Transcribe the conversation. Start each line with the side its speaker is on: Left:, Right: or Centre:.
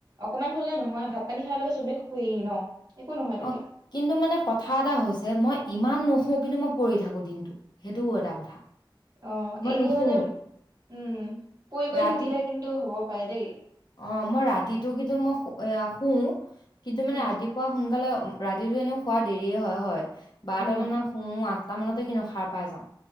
Right: অকমান হলে নহয়, ভাত পানী খাই বোলে চবে শুইয়ে ন একো নহয় তেতিয়া
Left: অ, কিন্তু মানে কথা এটা হৈছে মই ইমান নুহু, কিন্তু মই পৰি থাকো দিনটো সেইটোও এটা কথা।
Right: অ,
Left: মই
Right: এনেই
Left: নুশু
Right: মানে উম, শুই কই
Left: ৰাতি
Right: থাকিলে কিন্তু হ'ব পাৰে দেই
Left: অ, মই ৰাতিটো কিন্তু, ম‌ই শুউ কিন্তু
Right: উম
Left: মানে ৰাতিপুৱা সোনকালে ৰাতিটো এনেও হোৱাত দেৰিয়ে হয় হয়। বাৰটা
Right: উম
Left: মানত শু, আঠ তাৰ মানতে কিন্তু, সাৰ পাই যাওঁ।